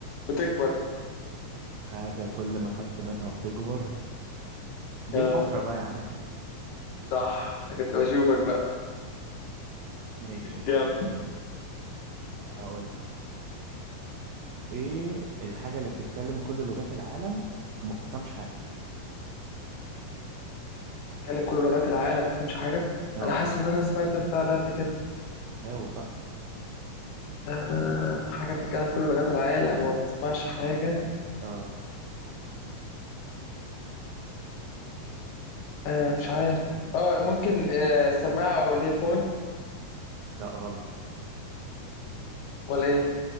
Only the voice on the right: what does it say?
حاجة كل ما خدت منها بتكبر دي
الحفرة بقى يا عم
ماشي
هقول ايه الحاجة اللي بتتكلم كل لغات العالم وما بتفهمش حاجة
اه
جاوب بقى
اه
ده غلط